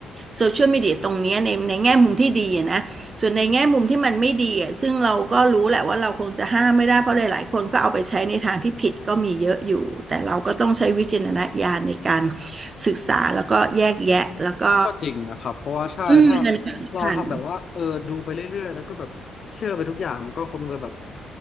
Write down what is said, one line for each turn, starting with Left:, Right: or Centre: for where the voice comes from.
Right: โซเชียลมีเดียตรงเนี้ยในในแง่มุมที่ดีอะนะ ส่วนในแง่มุมที่มันไม่ดีอ่ะซึ่งเราก็รู้แหละว่าเราคงจะห้ามไม่ได้เพราะหลายๆคนก็เอาไปใช้ในทางที่ผิดก็มีเยอะอยู่ แต่เราก็ต้องใช้วิจารณญาณในการศึกษาแล้วก็แยกแยะแล้วก็
Left: ก็จริงนะครับเพราะว่าใช่ถ้า
Right: อืมเงินผ่าน
Left: เราทำแบบว่าเออดูไปเรื่อยๆแล้วก็แบบเชื่อไปทุกอย่างมันก็คงจะแบบ